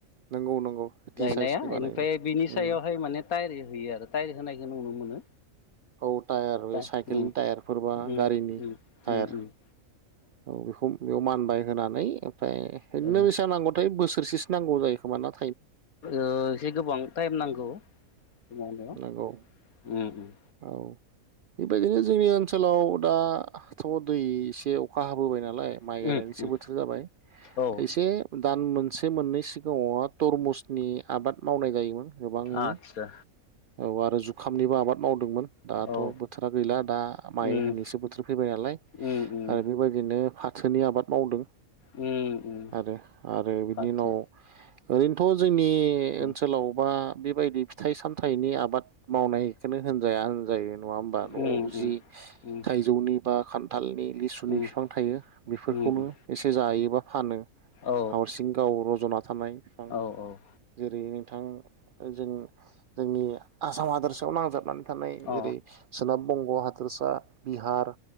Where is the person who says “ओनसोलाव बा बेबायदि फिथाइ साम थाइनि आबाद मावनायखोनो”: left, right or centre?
Right